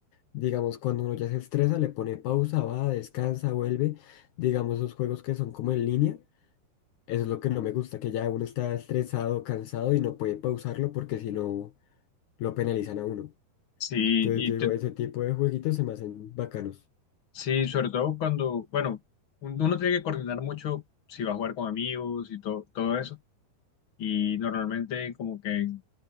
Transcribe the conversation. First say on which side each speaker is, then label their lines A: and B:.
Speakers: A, on the left; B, on the left.
A: digamos cuando uno ya se estresa, le pone pausa, va, descansa, vuelve, digamos los juegos que son como en línea, eso es lo que no me gusta, que ya uno está estresado, cansado y no puede pausarlo porque si no lo penalizan a uno.
B: Sí,
A: Entonces,
B: y
A: digo,
B: te-
A: ese tipo de jueguitos se me hacen bacanos.
B: sí, sobre todo cuando, bueno, un- uno tiene que coordinar mucho si va a jugar con amigos y todo, todo eso. Y normalmente como que en,